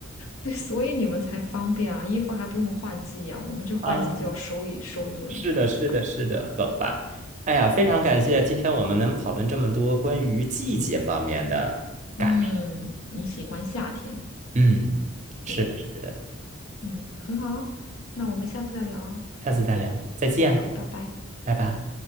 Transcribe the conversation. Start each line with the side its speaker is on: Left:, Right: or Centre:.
Left: 对，所以你们才方便啊，衣服还不用换季呀、我们这换季就要收一收一轮，
Right: 啊，是的，
Left: 麻烦。
Right: 是的，是的，好吧。哎呀，非常感谢今天我们能讨论这么多关于季节方面的感受。
Left: 嗯，你喜欢夏天，
Right: 嗯，是的，
Left: 对，
Right: 是的，
Left: 嗯，很好啊，那我们下次再聊啊。
Right: 下次再聊，再见，
Left: 好，拜拜。
Right: 拜拜。